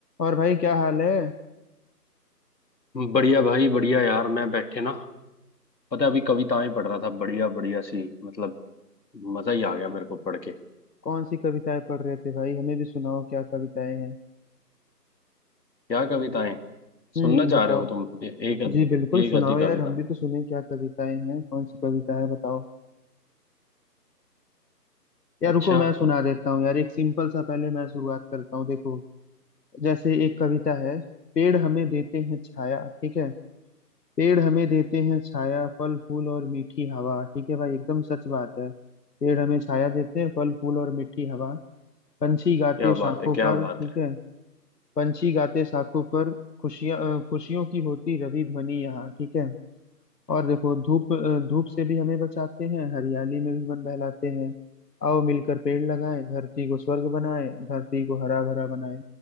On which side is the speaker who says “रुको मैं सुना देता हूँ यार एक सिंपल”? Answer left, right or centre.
Left